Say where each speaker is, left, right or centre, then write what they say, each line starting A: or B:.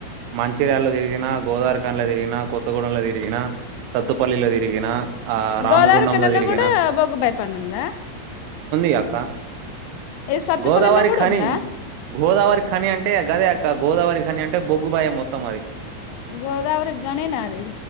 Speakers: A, on the right; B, on the left.
A: మంచిర్యాళ తిరిగిన గోదావరిఖనిలో తిరిగిన నా కొత్తగూడెంలో తిరిగిన సత్తుపల్లిలో తిరిగిన ఆ రామగుండంలో
B: గోదావరిఖనిలో
A: తిరిగిన
B: కూడా బొగ్గు భాయ్ పని ఉందా
A: డకా
B: ఇది సత్తుపల్లిలో
A: గోదావరిఖాని
B: కూడా ఉందా
A: గోదావరి ఖని అంటే గదే అక్క గోదావరిఖనీ అంటే బొగ్గు భాయ్ మొత్తం అది
B: గోల్ గోదావరి గానే నా అది